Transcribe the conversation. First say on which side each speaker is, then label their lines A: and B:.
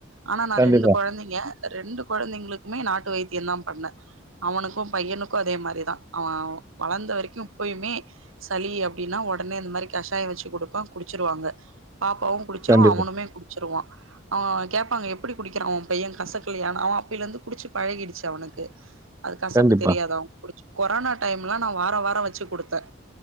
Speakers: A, on the right; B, on the right.
A: ஆனா நா
B: கண்டிப்பா,
A: ரெண்டு கொழந்தை ஏ ரெண்டு கொழந்தைங்களுக்குமே நாட்டு வைத்தியந்தா பண்ண அவனுக்கு பையனுக்கு அதே மாரிதா அவ வளர்ந்த வரைக்கு இப்பயுமே சளி அப்டின்னா ஒடனே இந்த மாரி கஷாய வெச்சு குடுப்பே குடி ச்சிருவாங்க பாப்பாவு குடிச்சிரு
B: கண்டிப்பா,
A: அவனுமே குடிச்சிருவா அவ கேப்பாங்க எப்டி குடிக்கிறா ஊ பைய கசக்கிலியா அவ அப்பில இருந்து குடிச்சு பழகிடுச்சு அவனுக்கு <inaudible> அது கசப்பு
B: கண்டிப்பா,
A: தெரியாதா அவங்க குடிச் கொரோனா டைம்லா நா வாரொ வாரொ வெச்சு குடுத்த